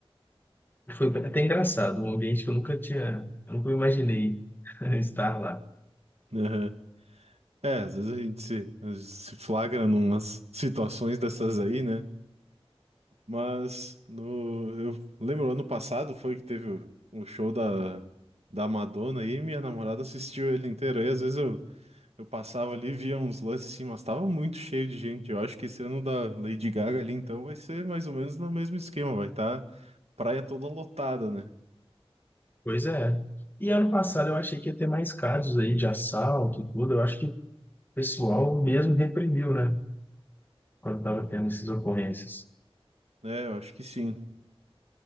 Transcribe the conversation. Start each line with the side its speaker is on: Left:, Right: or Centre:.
Left: e foi até engraçado, um ambiente que eu nunca tinha, eu nunca imaginei <laughs> estar lá.
Right: aham. É, às vezes a gente se, se flagra numas situações dessas aí, né? Mas no, eu lembro, ano passado foi que teve o, o show da, da Madonna aí, e minha namorada assistiu ele inteiro. Aí às vezes eu, eu passava ali e via uns lances assim, mas tava muito cheio de gente. Eu acho que esse ano da Lady Gaga ali, então, vai ser mais ou menos no mesmo esquema. Vai estar praia toda lotada, né?
Left: Pois é. E ano passado eu achei que ia ter mais casos aí de assalto e tudo, eu acho que o pessoal mesmo reprimiu, né? Quando estava tendo essas ocorrências.
Right: É, eu acho que sim.